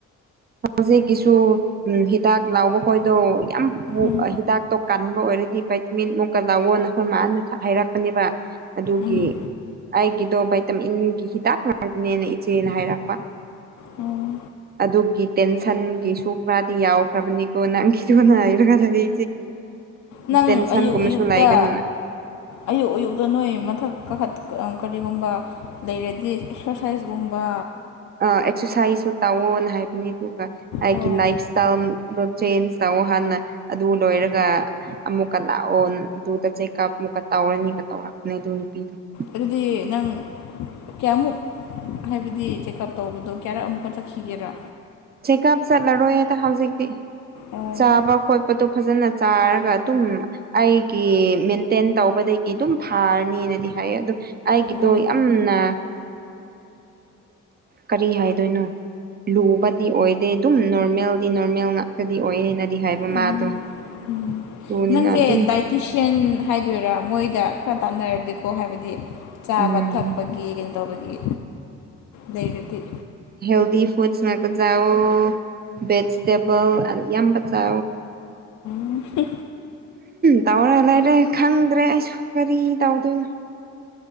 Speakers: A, on the right; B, on the left.
A: ꯍꯧꯖꯤꯛꯀꯤꯁꯨ ꯎ ꯍꯤꯗꯥꯛ ꯂꯥꯎꯕ ꯈꯣꯏꯗꯣ ꯌꯥꯝ
B: ꯎꯝ
A: ꯍꯤꯗꯥꯛꯇꯣ ꯀ ꯀꯥꯟꯕ ꯑꯣꯏꯔꯗꯤ ꯚꯥꯏꯇꯃꯤꯟ ꯑꯃꯨꯛꯀ ꯂꯥꯛꯑꯣ ꯅ ꯑꯩꯈꯣꯏ ꯃꯥꯅ ꯍꯥꯏꯔꯛꯄꯅꯦꯕ ꯑꯗꯨꯒꯤ
B: ꯎꯝ
A: ꯑꯩꯒꯤꯗꯣ ꯕꯥꯩꯇꯝ ꯏꯟꯒꯤ ꯍꯤꯗꯥꯛ ꯃꯔꯛꯇꯅꯦꯅ ꯏꯆꯦꯅ ꯍꯥꯏꯔꯛꯄ
B: ꯑꯣ
A: ꯑꯗꯨꯒꯤ ꯇꯦꯟꯁꯟꯒꯤꯁꯨ ꯈꯔꯗꯤ ꯌꯥꯎꯈ꯭ꯔꯕꯅꯤꯀꯣ ꯅꯪꯒꯤꯅ ꯍꯥꯏꯔꯒ ꯂꯩ
B: ꯅꯪ
A: ꯇꯦꯟꯁꯟꯒꯨꯝꯕꯁꯨ
B: ꯑꯌꯨꯛ ꯑꯌꯨꯛꯇ
A: ꯂꯥꯏꯒꯅꯨꯅ
B: ꯑꯌꯨꯛ ꯑꯌꯨꯛꯇ ꯅꯣꯏ ꯃꯊꯛ ꯀꯥꯈꯠ ꯀꯔꯤꯒꯨꯝꯕ ꯂꯩꯔꯗꯤ ꯑꯦꯛꯁꯔꯁꯥꯏꯁꯀꯨꯝꯕꯨꯝꯕ
A: ꯑꯦꯛꯁꯔꯁꯥꯏꯖꯁꯨ ꯇꯧꯋꯣꯅ ꯍꯥꯏꯕꯅꯤ ꯑꯗꯨꯒ ꯑꯩꯒꯤ
B: ꯍꯣꯏ
A: ꯂꯥꯏꯐ ꯏꯁꯇꯥꯏꯜꯗ ꯆꯦꯟꯖ ꯇꯧꯋ ꯍꯥꯟꯅ ꯑꯗꯨ ꯂꯣꯏꯔꯒ ꯑꯃꯨꯛꯀ ꯂꯥꯛꯑꯣ ꯑꯗꯨꯗ ꯆꯦꯛꯑꯞ ꯑꯃꯨꯛꯀ ꯇꯧꯔꯅꯤꯒ ꯇꯧꯔꯛꯅꯤ ꯑꯗꯨ ꯅꯨꯄꯤꯗ <inaudible>
B: ꯑꯗꯨꯗꯤ ꯅꯪ ꯀꯌꯥꯃꯨꯛ ꯍꯥꯏꯕꯗꯤ ꯆꯦꯛꯑꯞ ꯇꯧꯕꯗꯣ ꯀꯌꯥꯔꯛ ꯑꯃꯨꯛꯀ ꯆꯠꯈꯤꯒꯦꯔꯥ
A: ꯆꯦꯛꯑꯞ ꯆꯠꯂꯔꯣꯏꯗ ꯍꯧꯖꯤꯛꯇꯤ
B: ꯑꯣ
A: ꯆꯥꯕ ꯈꯣꯠꯄꯗꯣ ꯐꯖꯅ ꯆꯥꯔꯒ ꯑꯗꯨꯝ ꯑꯩꯒꯤ ꯃꯦꯟꯇꯦꯟ ꯇꯧꯕꯗꯒꯤ ꯑꯗꯨꯝ ꯐꯥꯔꯅꯤꯅꯗꯤ ꯍꯥꯏꯌꯦ ꯑꯗꯨ ꯑꯩꯒꯤꯗꯣ
B: ꯑꯣ
A: ꯌꯥꯝꯅ ꯀꯔꯤ ꯍꯥꯏꯗꯣꯏꯅꯣ ꯂꯨꯕꯗꯤ ꯑꯣꯏꯗꯦ ꯑꯗꯨꯝ ꯅꯣꯔꯃꯦꯜꯗꯤ ꯅꯣꯔꯃꯦꯜ ꯉꯥꯛꯇꯗꯤ ꯑꯣꯏꯌꯦꯅꯗꯤ ꯍꯥꯏꯕ
B: ꯎꯝ
A: ꯃꯥꯗꯣ <inaudible>
B: ꯎꯝ
A: ꯑꯗꯨꯅꯤꯅ
B: ꯅꯪꯁꯦ
A: ꯑꯗꯨꯝ
B: ꯗꯥꯏꯇꯤꯁꯤꯌꯥꯟ ꯍꯥꯏꯗꯣꯏꯔꯥ ꯃꯣꯏꯗ ꯈꯔ ꯇꯥꯟꯅꯔꯗꯤꯀꯣ ꯍꯥꯏꯕꯗꯤ ꯆꯥꯕ
A: ꯎꯝ
B: ꯊꯛꯄꯒꯤ ꯀꯩꯅꯣ ꯇꯧꯕꯒꯤ ꯂꯩꯔꯗꯤ
A: ꯍꯦꯜꯗꯤ ꯐꯨꯗꯁ ꯅꯀ ꯆꯥꯎꯑꯣ ꯕꯦꯁ ꯇꯦꯕꯜ ꯌꯥꯝꯕ ꯆꯥ
B: ꯍ
A: ꯇꯧꯔꯦ ꯂꯩꯔꯦ ꯈꯪꯗ꯭ꯔꯦ ꯑꯩꯁꯨ ꯀꯔꯤ ꯇꯧꯗꯣꯏꯅꯣ